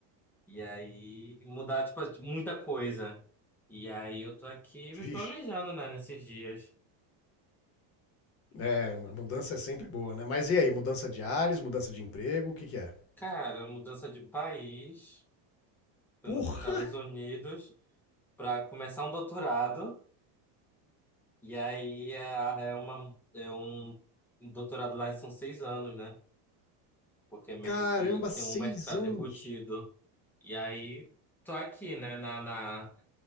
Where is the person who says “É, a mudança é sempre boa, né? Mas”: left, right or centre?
Left